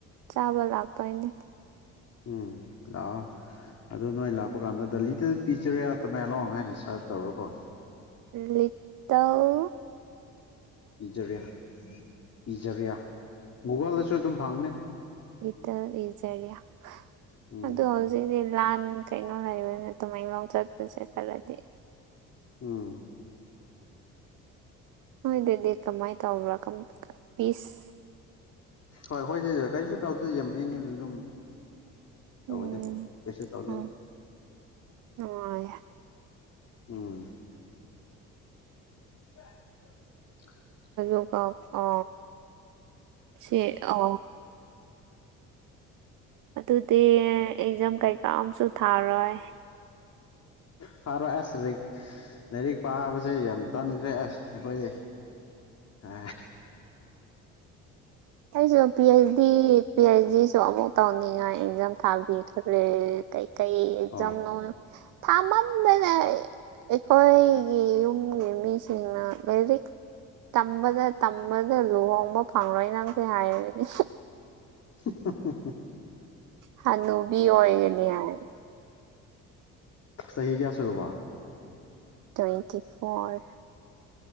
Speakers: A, on the right; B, on the left.
A: ꯆꯥꯕ ꯂꯥꯛꯇꯣꯏꯅꯦ
B: ꯎꯝ ꯂꯑꯣ ꯑꯗꯨꯣ ꯅꯣꯏ ꯂꯥꯛꯄ ꯀꯥꯟꯗ ꯗ ꯂꯤꯇꯜ ꯄꯤꯛꯆꯔꯌꯥ ꯇ ꯃꯌꯥꯂꯣ ꯍꯥꯏꯅ ꯁꯥꯔꯁ ꯇꯧꯔꯣꯀꯣ
A: ꯂꯤꯇꯊꯧ
B: ꯄꯤꯖꯔꯤ ꯄꯤꯖꯔꯤꯌꯥ ꯒꯨꯒꯜꯗꯁꯨ ꯑꯗꯨꯝ ꯐꯪꯅꯤ
A: ꯇ ꯍꯖꯔꯤꯌꯥ
B: ꯎꯝ
A: ꯑ ꯍꯧꯖꯤꯗꯤ ꯂꯥꯟ ꯀꯩꯅꯣ ꯂꯩꯕꯅꯤ ꯇꯨꯃꯥꯏꯂꯣ ꯆꯠꯄꯁꯦ ꯈꯜꯔꯗꯤ
B: ꯎꯝ
A: ꯍꯣꯏ ꯑꯗꯨꯗꯤ ꯀꯃꯥꯏꯅ ꯇꯧꯕ꯭ꯔꯥ ꯄꯤꯁ
B: ꯍꯣꯏ ꯍꯣꯏꯗꯤ ꯀꯔꯤꯁꯨ ꯇꯧꯗꯦ ꯌꯥꯝꯃꯛ ꯏꯉꯤ ꯑꯗꯨꯝ ꯇꯃꯗꯤ
A: ꯎꯝ
B: ꯀꯩꯁꯦ ꯇꯧꯗꯅ
A: ꯎꯝ ꯅꯨꯡꯉꯥꯏ
B: ꯎꯝ <unintelligible>
A: ꯣ ꯀ ꯑ ꯁꯤ ꯑ ꯑꯗꯨꯗꯤ ꯑꯦꯛꯖꯥꯝ ꯀꯩꯀꯥ ꯑꯝꯁꯨ ꯊꯥꯔꯣꯏ
B: ꯐꯔꯣꯏ ꯑꯁ ꯂꯥꯏꯔꯤꯛ ꯂꯥꯏꯔꯤꯛ ꯄꯥꯕꯁꯦ ꯌꯥꯝ ꯇꯟꯈ꯭ꯔꯦ ꯑꯁ ꯑꯩꯈꯣꯏ ꯑ
A: ꯑꯩꯁꯨ P H D P H ꯗꯤꯁꯨ ꯃ ꯇ ꯉ ꯑꯦꯛꯖꯥꯝ ꯊꯥꯕꯤꯈ꯭ꯔꯦ ꯀꯩꯀꯩ ꯑꯦꯛꯖꯥꯝꯅꯣ
B: ꯑꯣ
A: ꯊꯥꯃꯟ ꯃꯅ ꯑꯩꯈꯣꯏꯒꯤ ꯌꯨꯝꯒꯤ ꯃꯤꯁꯤꯡꯅ ꯂꯥꯏꯔꯤꯛ ꯇꯝꯕꯗ ꯇꯝꯕꯗ ꯂꯨꯍꯝꯕ ꯐꯥꯉ ꯁꯦ ꯍꯥꯏꯅꯦ
B: ꯍ
A: ꯍꯅꯨꯕꯤ ꯑꯣꯏꯒꯅꯤ ꯍꯥꯏꯔ
B: ꯆꯍꯤ ꯍ ꯀꯌꯥꯌꯥꯁ ꯔꯔꯕ
A: ꯇ꯭ꯋꯦꯟꯇꯤ ꯐꯣꯔ